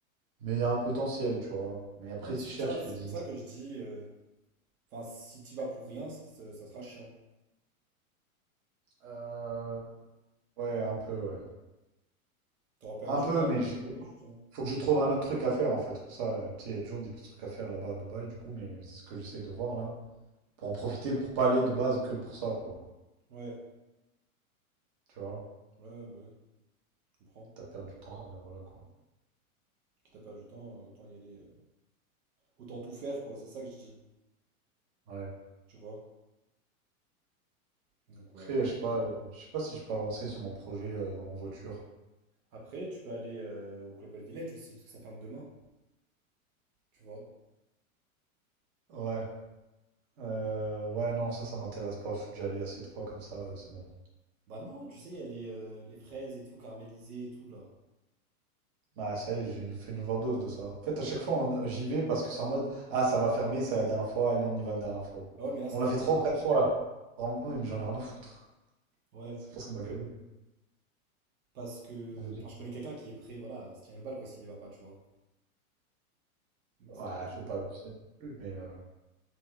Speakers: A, on the right; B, on the right.
A: Mais il y a un potentiel, tu vois. Mais après,
B: Non, mais
A: si
B: c'est
A: je
B: pour
A: cherche,
B: ça, c'est
A: il y a des...
B: pour ça que je dis, euh, enfin, si t'y vas pour rien, ça ça- ça sera chiant.
A: Euh, ouais, un peu, ouais.
B: T'auras perdu
A: Un peu,
B: là,
A: mais
B: oui,
A: je...
B: là t'auras perdu du temps.
A: faut que je trouve un autre truc à faire en fait. Pour ça, euh, tu sais, il y a toujours des petits trucs à faire là-bas à Dubaï, du coup, mais c'est ce que j'essaie de voir là. Pour en profiter, pour pas aller de base que pour ça, quoi.
B: Ouais,
A: Tu vois,
B: ouais, bah ouais, je comprends.
A: t'as perdu du temps, euh, voilà quoi.
B: Quitte à perdre du temps, euh, autant y aller. euh, Autant tout faire, quoi, c'est ça que je dis,
A: Ouais.
B: tu vois. Donc ouais.
A: Après, euh, je sais pas, euh, je sais pas si je peux avancer sur mon projet euh, en voiture.
B: Après, tu peux aller euh, au Global Village aussi, parce que ça ferme demain, tu vois.
A: Ouais. Euh, ouais, non, ça, ça m'intéresse pas. Je suis déjà allé assez de fois comme ça, euh, c'est bon.
B: Bah non, tu sais, il y a les, euh, les fraises et tout, caramélisées et tout, là.
A: Bah, ça y est, j'ai fait une overdose de ça. En fait, à chaque fois, on- euh, j'y vais parce que c'est en mode, ah, ça va fermer, c'est la dernière fois, allez, on y va la dernière fois.
B: Bah ouais, mais là, ça
A: On l'a
B: ferme
A: fait trois
B: demain.
A: ou quatre fois. Vraiment, Oui, mais j'en ai rien à foutre.
B: Ouais.
A: C'est pour ça ma gueule.
B: Parce que.
A: <laughs> Donc,
B: Enfin, je connais quelqu'un qui est prêt, voilà, à se tirer une balle, quoi, s'il y va pas, tu vois. Donc
A: ouais,
B: c'est un peu chaud.
A: faut pas abuser non plus, mais euh,